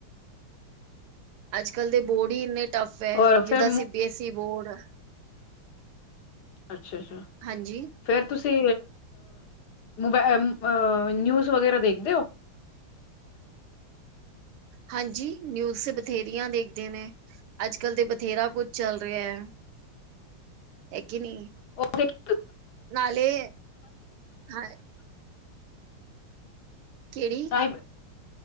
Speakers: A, on the right (about 80°); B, on the left (about 55°).
A: ਅੱਜਕੱਲ ਦੇ ਬੋਡ ਈ ਇੰਨੇ ਟੱਫ ਏ
B: ਔਰ
A: ਜਿੱਦਾਂ
B: ਫਿਰ
A: ਸੀਂ ਬੀ ਐਸ ਏ ਬੌਰਡ
B: ਅੱਛਾ ਅੱਛਾ
A: ਹਾਂਜੀ
B: ਫਿਰ ਤੁਸੀਂ ਅ ਨਿਊਜ਼ ਵਗੈਰਾ ਦੇਖਦੇ ਔ
A: ਹਾਂਜੀ ਨਿਊਜ ਬਥੇਰੀਆਂ ਦੇਖਦੇ ਨੇ ਅੱਜ ਕੱਲ ਦੇ ਬਥੇਰਾ ਕੁਝ ਚੱਲ ਰਿਹਾ ਹੈ ਕਿ ਨਹੀ
B: ਉ <unintelligible>
A: ਨਾਲੇ ਹਾਂ ਕਿਹੜੀ
B: ਅ